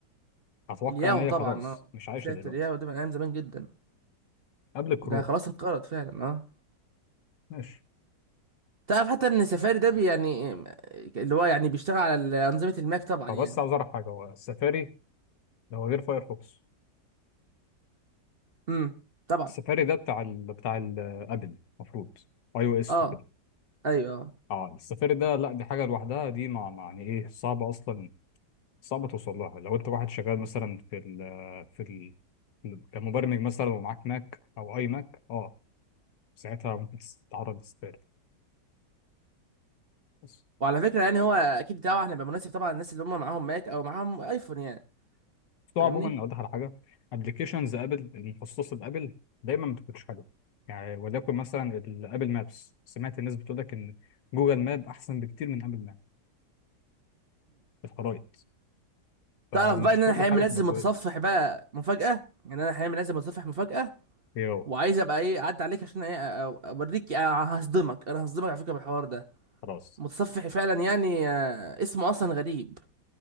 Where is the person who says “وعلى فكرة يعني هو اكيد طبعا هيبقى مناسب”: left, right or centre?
Right